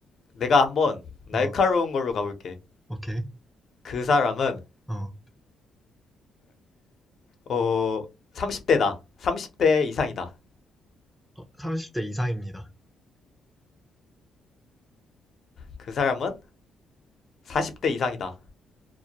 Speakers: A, on the left (about 50°); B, in the centre.
A: 내가 한번 날카로운
B: 어.
A: 걸로 가볼게.
B: 오케이.
A: 그 사람은
B: 어.
A: 어, 30대다. 30대 이상이다.
B: 어, 30대 이상입니다.
A: 그 사람은 40대 이상이다.